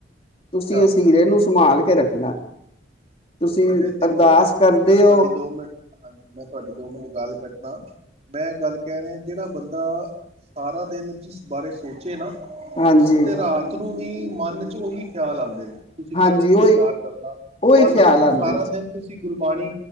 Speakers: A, on the right (about 35°); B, on the left (about 30°).
A: ਅੱਛਾ
B: ਤੁਸੀਂ ਇਸ ਹੀਰੇ ਨੂੰ ਸੰਭਾਲਕੇ ਰੱਖਣਾ। ਤੁਸੀਂ
A: ਤਦੇ ਦੇਖੋ,
B: ਅਰਦਾਸ ਕਰਦੇ
A: ਮੈਂ ਤੁਹਾਡੀ
B: ਹੋ
A: ਦੋ-ਮਿੰਟ, ਹਾਂਜੀ, ਮੈਂ ਤੁਹਾਡੀ ਦੋ ਮਿੰਟ ਗਲ ਕੱ ਮੈਂ ਗੱਲ ਕਹਿ ਰਿਹਾਂ, ਜਿਹੜਾ ਬੰਦਾ ਸਾਰਾ ਦਿਨ ਇਸ ਬਾਰੇ ਸੋਚੇ ਨਾ ਉਸਦੇ
B: ਹਾਂਜੀ
A: ਰਾਤ ਨੂੰ ਵੀ ਮਨ'ਚ ਉਹੀ ਖਿਆਲ ਆਂਦੇ ਨੇ, ਤੁਸੀਂ
B: ਹਾਂਜੀ
A: ਕਦੇ ਵੀ
B: ਉਹੀ
A: ਵਿਚਾਰ ਕਰਨਾ
B: ਉਹੀ
A: ਮੰਨ
B: ਖਿਆਲ
A: ਲਓ ਤੁਸੀਂ
B: ਆਉਂਦੇ
A: ਸਾਰਾ
B: ਜੀ
A: ਦਿਨ ਤੁਸੀਂ ਗੁਰਬਾਣੀ,